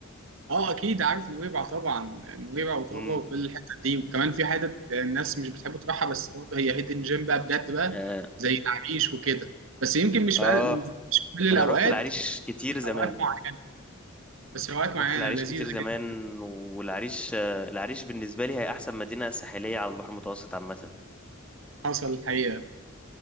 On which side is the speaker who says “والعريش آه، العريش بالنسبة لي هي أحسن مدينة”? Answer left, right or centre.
Centre